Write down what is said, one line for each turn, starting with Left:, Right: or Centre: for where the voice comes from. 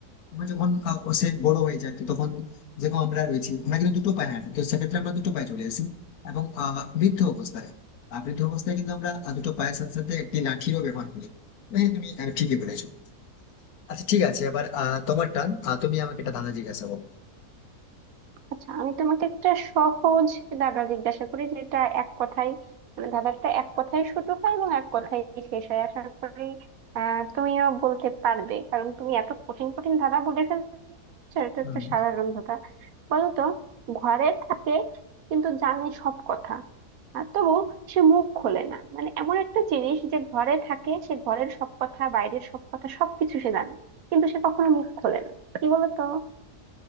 Left: আমরা যখন আহ, ও সে বড় হয়ে যায় তো তখন যেরকম আমরা রয়েছি আমরা কিন্তু দুটো পায়ে হাঁটি তো সেক্ষেত্রে আমরা দুটো পায়ে চলে আসি এবং আহ, বৃদ্ধ অবস্থায় আহ, বৃদ্ধ অবস্থায় কিন্তু আমরা আহ, দুটো পায়ের সাথে সাথে একটি লাঠিরও ব্যবহার করি তো হ্যাঁ তুমি আহ, ঠিকই বলেছো আচ্ছা ঠিক আছে এবার আহ, তোমার টান আহ, তুমি আমাকে একটা ধাঁধা জিজ্ঞাসা করো
Right: আচ্ছা আমি তোমাকে একটা সহজ দাদা জিজ্ঞাসা করি যেটা এক কথায় মানে দাদাটা এক কথায় শুরু হয় এবং এক কথায় শেষ হয় আশা করি আহ তুমিও বলতে পারবে কারণ তুমি এত কঠিন কঠিন দাদা বলে ফেলছো এটা
Left: হুম,
Right: একটা সাধারণ দাদা বলো তো ঘরে থাকে কিন্তু জানে সব কথা আর তবু সে মুখ খোলে না মানে এমন একটা জিনিস যে ঘরে থাকে সে ঘরের সব কথা বাইরের সব কথা সবকিছু সে জানে কিন্তু সে কখনো মুখ খোলে না কি বলো তো